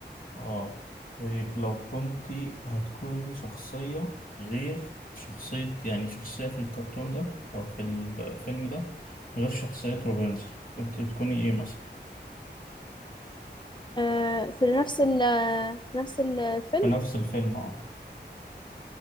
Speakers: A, on the left; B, on the left.
A: اه طيب لو كنت هتكوني شخصية غير شخصية يعني شخصية في الكرتون ده أو في الفيلم ده غير شخصية روبنزل كنت تكوني إيه مثلا
B: آه، في نفس ال في نفس ال- الفيلم
A: في نفس الفيلم اه